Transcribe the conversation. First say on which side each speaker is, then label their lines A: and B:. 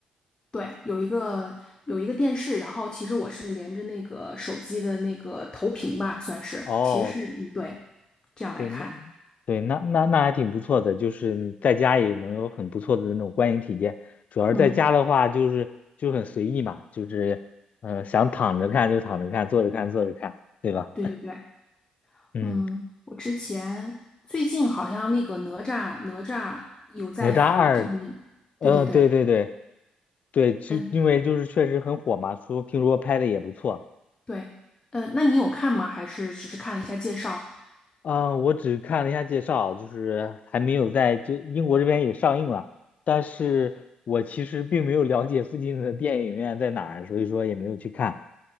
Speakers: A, on the left; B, on the left.
A: 对，有一个有一个电视，然后其实我是连着那个手机的那个投屏吧，算是，
B: 哦，
A: 其实是嗯对，这样来看，
B: 对，那对那那那还挺不错的，就是你在家也能有很不错的那种观影体验。主要是在家的话，
A: 嗯，
B: 就是就很随意嘛，就是嗯、呃想躺着看就躺着看，坐着看坐着看，对吧？
A: 对对对。
B: 嗯，
A: 嗯，我之前最近好像那个哪吒哪吒有在法国上映，
B: 哪吒二，嗯、
A: 对对对，
B: 对对对对，就因为就是确实很火嘛，
A: 嗯，
B: 说听说拍的也不错。
A: 对，呃，那你有看吗？还是只是看了一下介绍？
B: 嗯，我只看了一下介绍，就是还没有在就英国这边也上映了，但是我其实并没有了解附近的电影院在哪儿，所以说也没有去看。